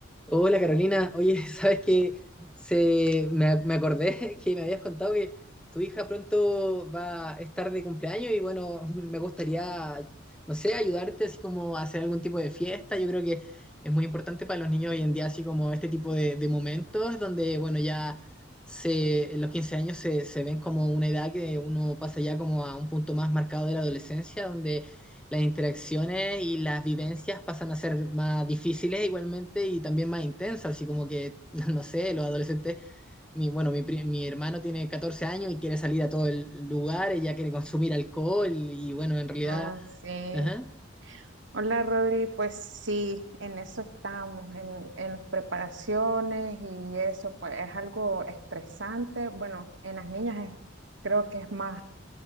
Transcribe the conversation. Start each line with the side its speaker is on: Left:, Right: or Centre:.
Centre: Hola Carolina, oye, <laughs> sabes que se, me, me acordé <laughs> que me habías contado que tu hija pronto va a estar de cumpleaños y bueno, <laughs> me gustaría, no sé, ayudarte así como a hacer algún tipo de fiesta. Yo creo que es muy importante para los niños hoy en día, así como este tipo de, de momentos donde, bueno, ya se, en los 15 años se, se ven como una edad que uno pasa ya como a un punto más marcado de la adolescencia, donde las interacciones y las vivencias pasan a ser más difíciles igualmente y también más intensas, así como que, <laughs> no sé, los adolescentes, mi, bueno, mi, pri- mi hermano tiene 14 años y quiere salir a todo el lugar, ella quiere consumir alcohol y bueno, en realidad,
Right: Ah, sí.
Centre: ajá,
Right: Hola, Rodri. Pues sí, en eso estamos, en, en las preparaciones y eso, pues es algo estresante. Bueno, en las niñas es- creo que es más,